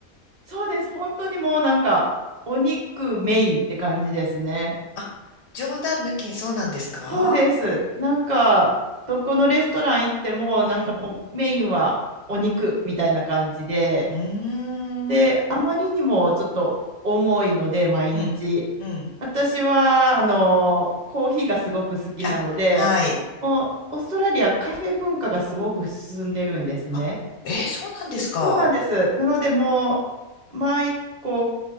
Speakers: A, on the right; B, on the left.
A: そうです。本当にもうなんか、お肉メインって感じですね。
B: あ、冗談抜きにそうなんですか
A: そうです。なんか、どこのレストラン行っても、
B: うん
A: なんかもうメインはお肉みたいな感じで、
B: うーん、
A: で、
B: うん、
A: あまりにもちょっと重いので、毎日。
B: うん、うん。
A: 私は、あの、コーヒーがすごく好きなので、
B: あ、はい。
A: もうオーストラリアカフェ文化がすごく進んでるんですね。
B: あ、えーそうなんですか。
A: そうなんです。なのでもう毎こう